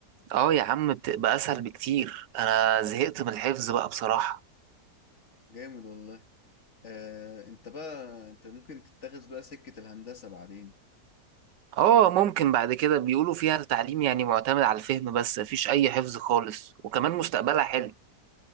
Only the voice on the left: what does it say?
جامد والله آه انت بقى انت ممكن تتخذ بقى سكة الهندسة بعدين